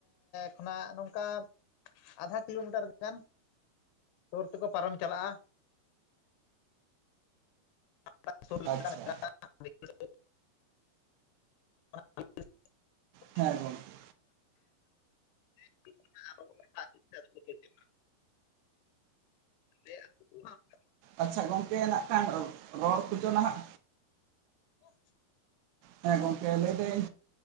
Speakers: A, on the left; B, on the right.
A: ᱠᱷᱚᱱᱟᱜ ᱱᱚᱝᱠᱟ ᱟᱫᱷᱟ ᱠᱤᱞᱳᱢᱤᱴᱟᱨ ᱜᱟᱱ ᱥᱳᱨ ᱛᱮᱠᱚ ᱯᱟᱨᱚᱢ ᱪᱟᱞᱟᱜᱼᱟ <unintelligible>
B: ᱟᱪᱪᱷᱟ
A: <inaudible> <unintelligible>
B: ᱦᱮᱸ, ᱜᱚᱢᱠᱮ᱾
A: <unintelligible> <unintelligible>
B: ᱟᱪᱪᱷᱟ ᱜᱚᱝᱠᱮ ᱱᱟᱜ ᱠᱷᱟᱱ ᱨᱚᱲ ᱠᱚᱪᱚ ᱱᱷᱟᱜᱼᱼ
A: ᱚ
B: ᱦᱮᱸ ᱜᱚᱝᱠᱮ ᱞᱟᱹᱭ ᱫᱟᱹᱧ